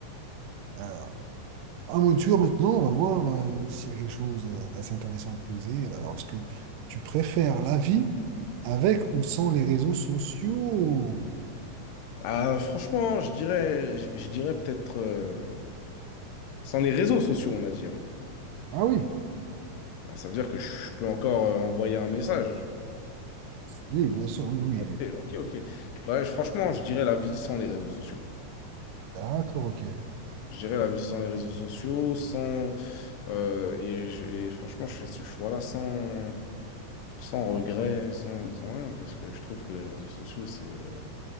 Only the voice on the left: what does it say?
Ah, franchement, je dirais, je, je dirais peut-être euh, sans les réseaux sociaux, on a dit. hein.
Ah, Ça veut dire que je peux encore euh, envoyer un message.
Ok,
ok, ok. Bah, je- franchement, je dirais la vie sans les réseaux sociaux.
Je dirais la vie sans les réseaux sociaux, sans euh, et, je- et franchement, je fais ce choix-là sans sans regret, sans, sans rien, parce que je trouve que les réseaux sociaux, c'est euh,